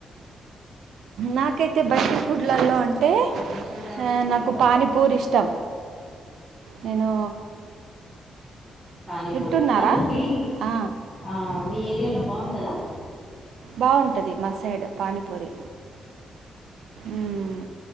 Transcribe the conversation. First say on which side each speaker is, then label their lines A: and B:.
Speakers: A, on the right; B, on the right.
A: నాకైయితే బయట ఫుడ్లలో అంటే,
B: అలా తింటాం కాబట్టి
A: ఆ నాకు
B: ఏం కాదు
A: పానీపూరి ఇష్టం. నేను
B: పానీపూరి.
A: వింటున్నారా
B: పానీపూరి,
A: ఆ,
B: ఆ మీ ఏరియాలో బాగుంటదా?
A: బాగుంటది మా సైడ్ పానీపూరి. మ్